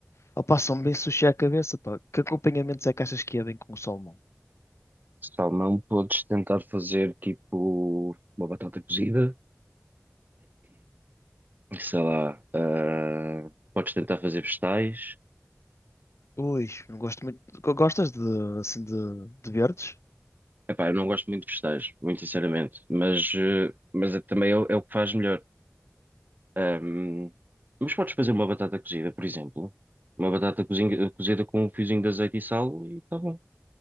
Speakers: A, on the left (about 65°); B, on the right (about 40°).
A: opá, são bem sushi à cabeça, pá. Que acompanhamentos é que achas que é bem com o salmão?
B: Salmão podes tentar fazer tipo uma batata cozida, sei lá, ah, podes tentar fazer vegetais.
A: Ui, não gosto muito. Go- Gostas de, assim, de, de verdes?
B: Epá, eu não gosto muito de vegetais, muito sinceramente, mas, eh, mas é- também é, o é o que faz melhor. Ahm, mas podes fazer uma batata cozida, por exemplo. Uma batata cozinha- cozida com um fiozinho de azeite e sal e está bom.